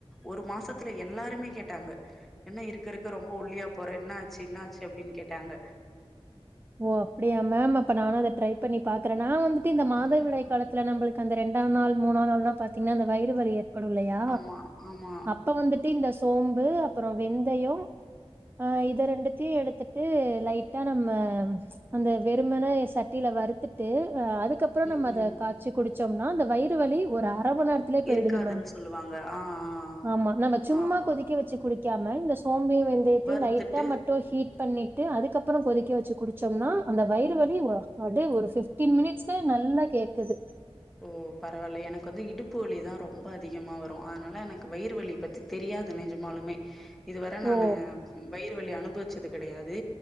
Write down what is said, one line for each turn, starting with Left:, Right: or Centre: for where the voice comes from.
Centre: ஒரு மாசத்துல எல்லாருமே கேட்டாங்க என்ன இருக்கறுக்க ரொம்ப ஒல்லியா போற என்னாச்சு என்னாச்சு அப்டின் கேட்டாங்க
Right: ஓ அப்டியா மேம் அப்ப நானு அத ட்ரை பண்ணி பாக்குறே நா வந்துட்டு இந்த மாதவிடாய்
Centre: ஆனா
Right: காலத் துல நம்புளுக்கு அந்த ரெண்டாம் நாள் மூணாம் நாள்னா பாத்தீங்கனா அந்த வயிறு வலி ஏற்படு இல்லயா
Centre: ஆமா
Right: அப்
Centre: ஆமா
Right: அப்ப வந்துட்டு இந்த சோம்பு அப்புற வெந்தயோ அ இத ரெண்டுத்துயு எடுத்துட்டு லைட்டா நம்ம அந்த வெறுமன சட்டில வறுத்துட்டு அ அதக்கப்புற
Centre: ம்
Right: நம்ம அத
Centre: ம்
Right: கா ச்சு குடிச்சம்னா இந்த வயிறு வலி ஒரு அர மண் நேர த்துலே பேய்டுது
Centre: இருக்காதுன்னு
Right: மேம்
Centre: சொல்லுவாங்க ஆ ஆ ஆ.
Right: ஆமா நம்ம சும்மா
Centre: ஆமா
Right: கொதிக்க வச்சு குடி க்காம இந்த சோம்பயு வெந்தயத்தையு
Centre: வறுத்துட்டு
Right: லைட்டா மட்டும் ஹீட் பண்ணிட்டு அதுக்கப்பற கொதிக்க வச்சு குடிச்சம்னா அந்த வயிறு வலி ஒ அப்டியே ஒரு ஃபிஃப்டீன் மினிட்ஸ்லே நல்லா கேக்குது
Centre: ஓ பரவால்லயே எனக்கு வந்து இடுப்பு வலிதா ரொம்ப அதிகமா வரு அதனால எனக்கு வயிறு வலி பத்தி தெரியாது நெஜமாலுமே இதுவர நானு
Right: ஓ
Centre: வயிறு வலி அனுபவிச்சதுக் கிடையாது